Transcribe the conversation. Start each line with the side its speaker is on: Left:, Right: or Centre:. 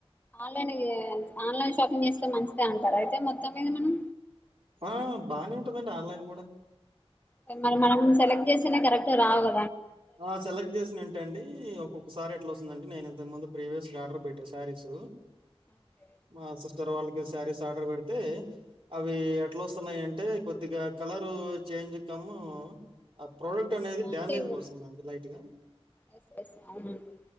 Left: ఆన్లైన్ ఏ ఆన్లైన్ షాపింగ్ చేస్తే మంచిదే అంటారు అయితే మొత్తం మీద మనం
Right: ఆ బాగానే ఉంటందండి ఆన్లైన్ కూడా
Left: కాని మరి మనం సెలెక్ట్ చేసేనే కరెక్ట్ రావాల
Right: ఆ సెలెక్ట్ చేసిన ఏంటండి ఇయ్యో ఒకసారి ఎట్లా వస్తుందండి నేను ఇంతకు ముందు ప్రీవియస్ గా ఆర్డర్ పెట్టా శారీస్
Left: ఓకే
Right: మా సిస్టర్ వాళ్ళకి శారీస్ ఆర్డర్ పెడితే అవి ఎట్లా వస్తున్నాయి అంటే కొద్దిగా కలరు చేంజ్ కము ప్రోడక్ట్ అనేది
Left: క్వాలిటీ
Right: డ్యామేజ్ గా
Left: కూడా
Right: వస్తుందండి లైట్ గా
Left: ఎస్ ఎస్ అవునండి